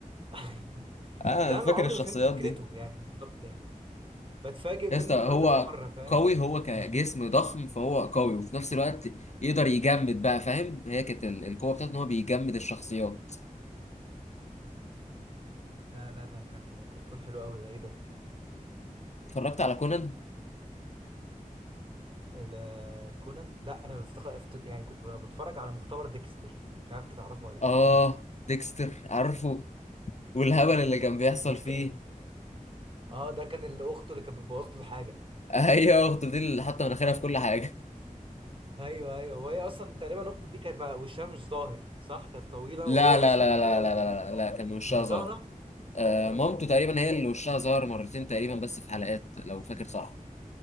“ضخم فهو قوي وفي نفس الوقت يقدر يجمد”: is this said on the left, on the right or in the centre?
Left